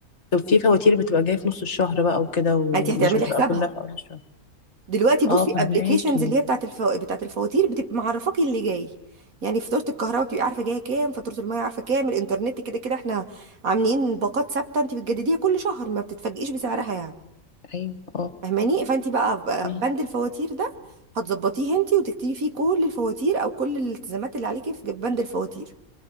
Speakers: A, on the left (about 50°); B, on the right (about 70°).
A: طب في فواتير بتبقى جايه في نص الشهر بقى وكده ومش
B: ما انت هتعملي
A: بتبقى
B: حسابها
A: كلها في اول الشهر
B: دلوقتي بصي
A: اه فهماكي
B: ابلكيشنز اللي هي بتاعت الف... بتاعت الفواتير بتبقى معرفاكي اللي جاي يعني فاتوره الكهرباء بتبقي عارفه جايه كام فاتوره الميه عارفه كام الانترنت كده كده احنا عاملين باقات ثابته انت بتجدديها كل شهر ما بتتفاجئيش بسعرها يعني
A: ايوه اه
B: فاهماني فانت بقى بقى
A: مم.
B: بند الفواتير ده هتظبطيه انت وتكتبي فيه كل الفواتير او كل الالتزامات اللي عليكي في بند الفواتير